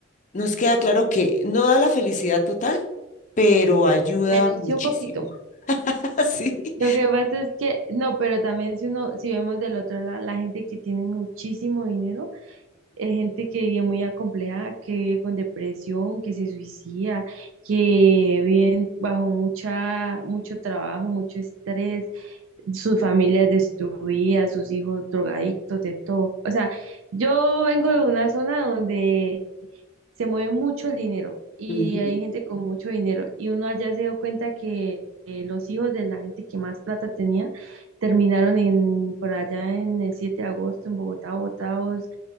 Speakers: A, on the left (about 40°); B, on the right (about 75°).
A: nos queda claro que no da la felicidad total, pero ayuda
B: Pero
A: muchísimo.
B: sí un poquito.
A: <laughs> Así.
B: Lo que pasa es que, no, pero también si uno, si vemos del otro lado, la gente que tiene muchísimo dinero, es gente que vive muy acomplejada, que vive con depresión, que se suicida, que viven bajo mucha, mucho trabajo, mucho estrés, sus familias destruidas, sus hijos drogadictos, de todo. O sea, yo vengo de una zona donde se mueve mucho el dinero y
A: Ujú,
B: hay
A: ujú,
B: gente con mucho dinero y uno allá se dio cuenta que eh, los hijos de la gente que más plata tenía terminaron en por allá en el 7 de agosto en Bogotá botados,